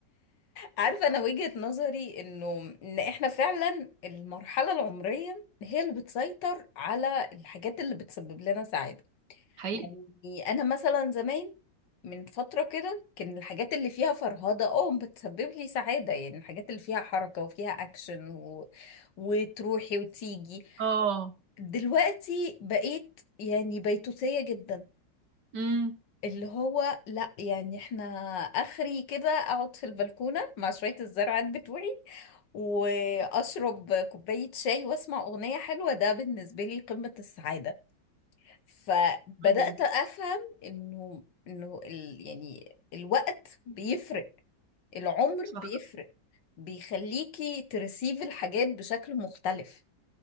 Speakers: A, on the left (about 80°); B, on the right (about 70°).
A: عارفه انا وجهة نظري انه ان احنا فعلا المرحله العمريه هي اللي بتسيطر على الحاجات اللي بتسبب لنا سعاده
B: حقيقي
A: يعني انا مثلا زمان من فتره كده كان الحاجات اللي فيها فرهده اه بتسبب لي سعاده يعني الحاجات اللي فيها حركه وفيها اكشن و... وتروحي وتيجي
B: اه
A: دلوقتي بقيت يعني بيتوتية جدا
B: امم
A: اللي هو لا يعني احنا اخري كده اقعد في البلكونة مع شوية الزرعات بتوعي واشرب كوباية شاي واسمع اغنية حلوة ده بالنسبة لي قمة السعادة فبدأت
B: فعلاً.
A: افهم انه انه ال يعني الوقت بيفرق العمر
B: صح
A: بيفرق بيخليكي ترسيف الحاجات بشكل مختلف